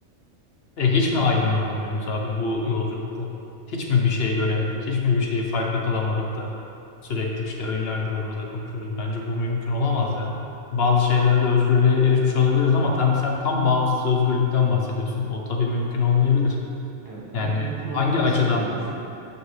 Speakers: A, on the left (about 60°); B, on the right (about 20°).
A: E, hiç mi aydınlanamıyoruz abi bu yolculukta? Hiç mi bir şey göremedik? Hiç mi bir şeyi farklı kılamadık da sürekli işte ön yargılarımızla konuşuyoruz? Bence bu mümkün olamaz ya. Bazı şeylerde özgürlüğe erişmiş olabiliriz ama tam, sen tam bağımsız özgürlükten bahsediyorsun. O tabii mümkün olmayabilir.
B: Evet,
A: Yani
B: ben mümkün olduğunu
A: hangi açıdan,
B: düşünmüyorum işte.